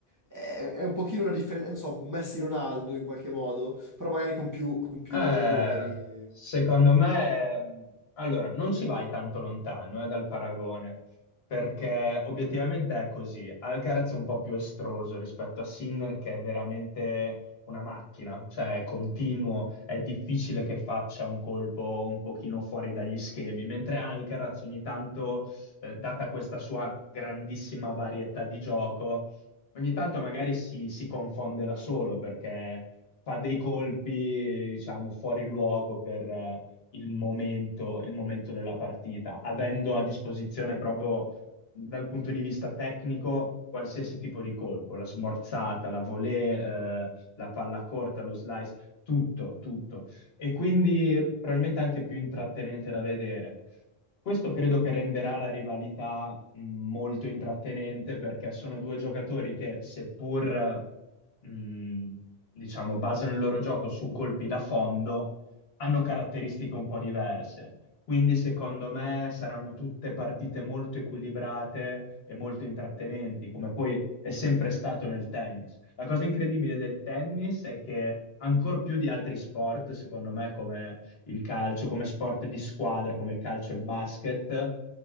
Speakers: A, on the right; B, on the left.
A: È, è un pochino una differenza, non so, Messi Ronaldo in qualche modo, però magari con più, con più
B: Eh,
A: errori.
B: secondo me, mh, allora, non ci vai tanto lontano, eh, dal paragone, perché obiettivamente è così. Alcaraz è un po' più estroso rispetto a Sinner, che è veramente una macchina, cioè è continuo, è difficile che faccia un colpo un pochino fuori dagli schemi, mentre Alcaraz ogni tanto, eh, data questa sua grandissima varietà di gioco, Ogni tanto magari si, si confonde da solo perché fa dei colpi, diciamo, fuori luogo per eh, il momento, il momento della partita, avendo a disposizione proprio dal punto di vista tecnico qualsiasi tipo di colpo, la smorzata, la volée, eh, la palla corta, lo slice, tutto, tutto. E quindi probabilmente anche più intrattenente da vedere. Questo credo che renderà la rivalità mh, molto intrattenente perché sono due giocatori che, seppur mh, diciamo, basano il loro gioco su colpi da fondo, hanno caratteristiche un po' diverse. Quindi, secondo me, saranno tutte partite molto equilibrate e molto intrattenenti, come poi è sempre stato nel tennis. La cosa incredibile del tennis è che, ancor più di altri sport, secondo me, come il calcio come sport di squadra, come il calcio e il basket.